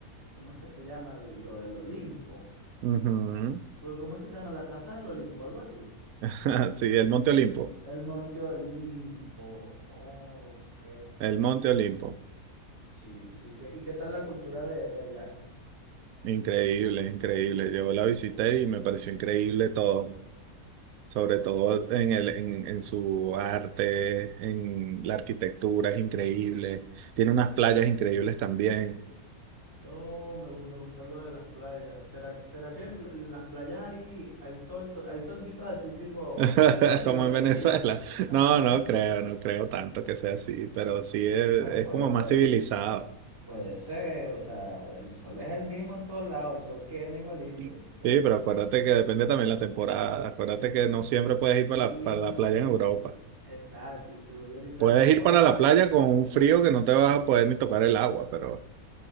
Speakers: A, on the right; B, on the right.
A: ¿cómo es que se llama? El- Lo del Olimpo.
B: Ujú.
A: Pero, ¿Cómo es que se llama? La casa del Olimpo, algo así.
B: <laughs> Sí, el Monte Olimpo,
A: El Monte Olimpo. Ok.
B: el Monte Olimpo.
A: Sí, sí. ¿qué- ¿Y qué tal la cultura de, de allá?
B: Increíble, increíble. Yo la visité y me pareció increíble todo, sobre
A: No.
B: todo en el, en, en su arte, en la arquitectura, es increíble. Tiene unas playas increíbles también,
A: No, me, gu- me gusta lo de las playas. ¿Será, que- será que en en las playas hay, hay, toldo- hay tolditos así tipo
B: <laughs>
A: como los de aquí,
B: como
A: los que
B: en
A: alquilan?
B: Venezuela.
A: Ajá.
B: No, no creo, no creo tanto que sea así, pero sí es,
A: Pero
B: es
A: puede,
B: como
A: puede,
B: más civilizado.
A: puede ser, o sea, el sol es el mismo en todos lados, el sol quema igualito,
B: Sí,
A: entonces,
B: pero acuérdate que depende también la temporada. Acuérdate que no siempre puedes ir para
A: Y
B: la, para la playa en Europa.
A: exacto, y si voy ahorita
B: Puedes
A: en agosto,
B: ir para la
A: e-
B: playa con un frío que no te vas a poder ni tocar el agua, pero...